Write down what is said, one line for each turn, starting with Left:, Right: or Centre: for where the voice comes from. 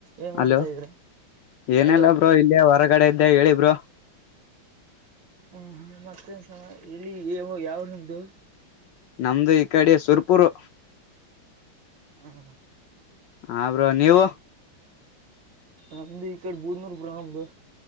Right: ಏನ್
Left: ಹಲೋ
Right: ಮಾಡ್ತಾ ಇದ್ರ
Left: ಏನೆಲ್ಲ
Right: ಹಲೋ
Left: ಬ್ರೋ ಇಲ್ಲೇ ಹೊರಗಡೆ ಇದ್ದ. ಹೇಳಿ ಬ್ರೋ
Right: ಹ್ಮ್ ಮತ್ತೇನ್ ಸಮಾ ಹೇಳಿ ಯಾವು ಯಾವ್ ನಿಮ್ದು.
Left: ನಮ್ದು ಈ ಕಡೆ ಸುರ್ಪುರು.
Right: ಹಾ.
Left: ಹಾ ಬ್ರೋ ನೀವು.
Right: ನಮ್ದು ಈ ಕಡೆ ಬೂದನೂರು ಬ್ರೋ ನಮ್ದು